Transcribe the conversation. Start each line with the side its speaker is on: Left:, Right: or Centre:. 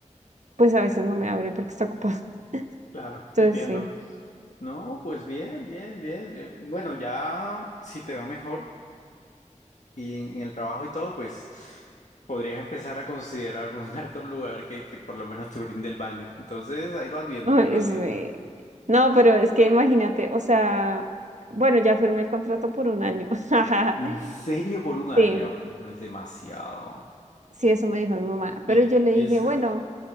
Right: pues a veces no me abre porque está ocupada. <laughs>
Left: Claro,
Right: Entonces,
Left: entiendo.
Right: sí.
Left: No, pues bien, bien, bien. Eh, Bueno, ya si te va mejor. Y en, en el trabajo y todo, pues podrías empezar a considerar <laughs> mudarte a un lugar que, que por lo menos te brinde el baño. Entonces ahí vas viendo,
Right: Ah,
Left: ahí vas
Right: es,
Left: viendo.
Right: eh, No, pero es que imagínate, o sea, bueno, ya firmé el contrato por un año. <laughs>
Left: En serio, por un año
Right: Sí,
Left: no es demasiado.
Right: sí, eso me dijo mi mamá. Pero
Left: Y,
Right: yo le
Left: y
Right: dije,
Left: eso,
Right: bueno,
Left: era-